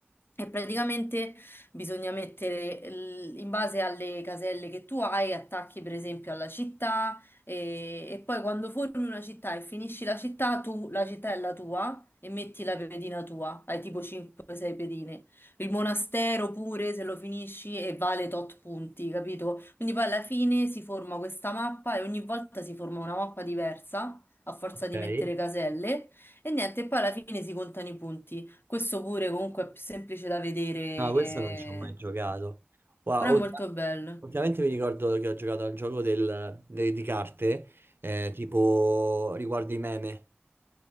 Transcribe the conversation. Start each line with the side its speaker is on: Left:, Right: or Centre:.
Left: E praticamente bisogna mettere l- in base alle caselle che tu hai, attacchi per esempio alla città e, e poi quando formi una città e finisci la città, tu la città è la tua e metti la pedina tua, hai tipo 5-6 pedine. Il monastero pure se lo finisci e vale tot punti, capito? Quindi poi alla fine si forma questa mappa e ogni volta si forma una mappa diversa a forza
Right: Ok.
Left: di mettere caselle e niente, e poi alla fine si contano i punti. Questo pure comunque è più semplice da vedere,
Right: No, questo
Left: che-
Right: non ci ho mai giocato. Wow,
Left: però
Right: ult-
Left: è molto bello.
Right: ultimamente mi ricordo che ho giocato a un gioco del- de- di carte, eh, tipo riguardo i meme.